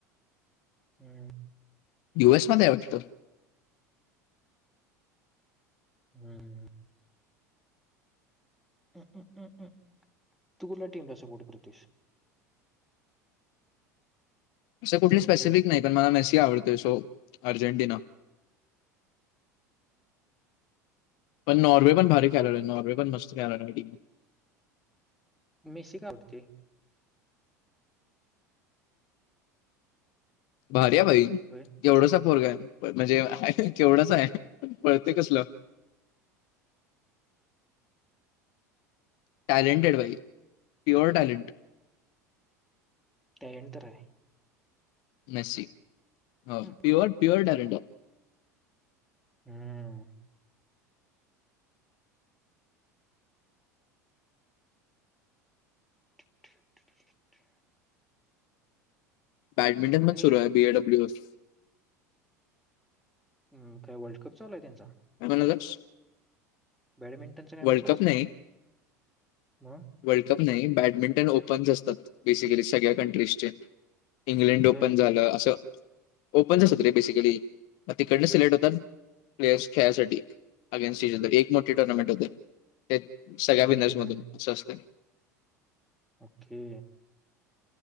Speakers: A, in the centre; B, on the left (about 55°).
A: हम्म
B: युएस मध्ये आहे वाटतं
A: हम्म ह अ म-म-म तु कुठल्या टीमला सपोर्ट करतेस.
B: असं कुठली
A: फेवरेट
B: स्पेसिफिक नाही पण मला मेसी आवडतोय सो अर्जेंटिना पण नॉर्वे पण भारी खेलाला आहे नॉर्वे पण मस्त खेलेला आहे टीम
A: मेसी का आवडते.
B: भारीया भाई
A: होय
B: एवढासा पोरग आहे म्हणजे केवढंच आहे पळते कसलं टॅलेंटेड भाई प्युअर टॅलेंट
A: टॅलेंट तर आहे.
B: नशी हो
A: हम्म.
B: प्युर प्युरड टॅलेंट आहे.
A: हम्मम <inaudible>
B: बॅडमिंटन मॅच
A: ने
B: सुरू आहे बी ए डब्ल्यू एफ
A: हम काय वर्ल्ड कप चालूय त्यांचा
B: <unintelligible>
A: बॅडमिंटनचं काय म्हणलास
B: वर्ल्डकप नाही
A: मग
B: वर्ल्डकप नाही बॅडमिंटन ओपन्स असतात बेसिकली सगळ्या कंट्रीजचे इंग्लंड ओपन
A: बर
B: झालं असं ओपनचच असत रे बेसिकली मग तिकडन सिलेक्ट होतात. प्लेयर्स खेळायसाठी अगेन्स् स्टेजन एक मोठी टुर्नामेंट होते. ते सगळ्या
A: हम्म,
B: विनर्स
A: हम्म,
B: मधून
A: हम्म.
B: असं असतं.
A: ओके